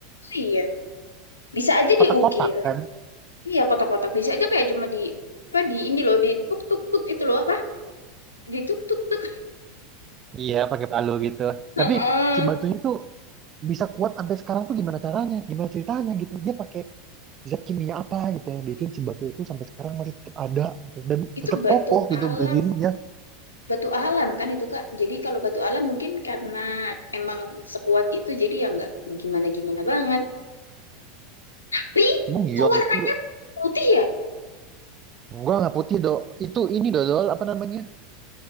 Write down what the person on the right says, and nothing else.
Kotak-kotak
kan?
Iya, pakai palu gitu.
Tapi
si batunya tuh bisa kuat sampai sekarang tuh gimana caranya? Gimana ceritanya gitu? Dia pakai zat kimia apa gitu yang bikin si batu itu sampai sekarang masih tetap ada gitu. Dan
tetap
kokoh gitu
berdirinya.
Emang iya
itu
enggak enggak putih dok. Itu ini dodol apa namanya?